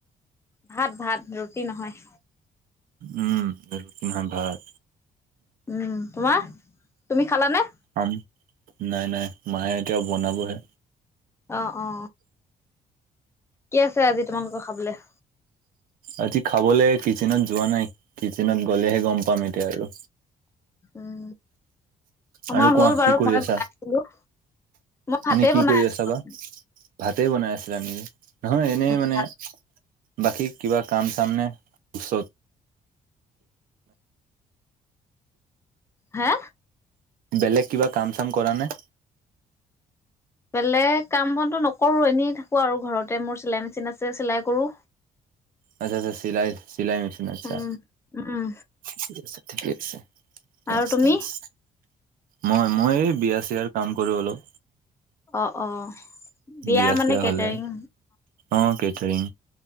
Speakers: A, on the left; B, on the right.
A: ভাত ভাত ৰুটি নহয়
B: উম ব পহ ভাগ
A: উম তোমাৰ তুমি খালানে
B: আম নাই নাই মাহে এতিয়াও বনাবহে
A: আহ অ কি আছে আজি তোমালোকৰ খাবলৈ
B: আজি খাবলৈ কিচেনত যোৱা নাই কিটচেনত গ'লেহে গম পাম এতিয়া আৰু
A: উম
B: আৰু
A: আমাৰ
B: কোৱা
A: হ'ল বাৰু
B: কি কৰি
A: মই
B: আছা
A: বনাইছিলো মই
B: এনে
A: হাতে
B: কি
A: বনাই
B: কৰি
A: আছো
B: আছা বা ভাতে বনাই আছিলা নেকি নহয় এনেই মানে
A: ভাত
B: বাকী কিবা কাম চামনে চ
A: হা
B: বেলেগ কিবা কাম চাম কৰা নে
A: বেলেগ কাম বনটোো নকৰো এনেই থাকো আৰু ঘৰতে মোৰ চিলাই মেচিন আছে চিলাই কৰো
B: আচ্ছা আচ্ছা চিলাই চিলাই মছন আচ্ছা
A: উম উম
B: ঠিক আছে ঠিকে আছে থেংকস
A: আৰু তুমি?
B: থেংকস মই মই বিয়া চিয়াৰ কাম কৰো অলপ।
A: অ', অ', বিয়াৰ
B: বিয়া
A: মানে
B: চিয়া
A: কেটাৰিং
B: হলে অ' কেটাৰিং।